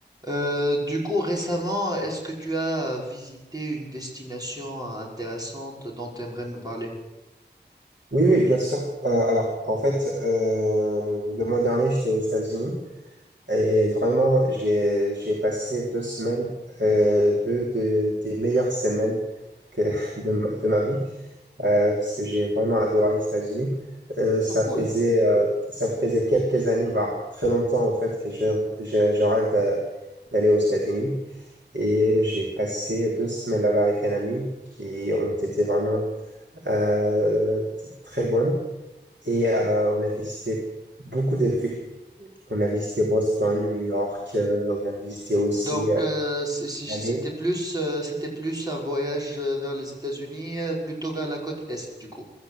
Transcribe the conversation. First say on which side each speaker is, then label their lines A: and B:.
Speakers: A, on the right; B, on the right.
A: Euh, du coup, récemment, est-ce que tu as visité une destination intéressante dont tu aimerais me parler?
B: Oui, oui, bien sûr. Euh, alors, en fait, euh, le mois dernier, j'étais aux États-Unis et vraiment, j'ai, j'ai passé deux semaines, euh, deux, de- des meilleures semaines que <laughs> de, ma- de ma vie, euh, parce que j'ai vraiment adoré les États-Unis. Euh, ça
A: Ah, cool.
B: faisait, euh, ça faisait quelques années, voire très longtemps, en fait, que je, je, je rêve d'a- d'aller aux États-Unis. Et j'ai passé deux semaines là-bas avec un ami qui ont été vraiment euh, t- très bonnes. Et euh, on a visité beaucoup de villes. On a visité Boston, New York, euh, on a visité aussi
A: Donc,
B: euh,
A: euh, c- si- si-
B: Miami.
A: c'était plus, euh, c'était plus un voyage euh, vers les États-Unis, euh, plutôt vers la côte Est, du coup.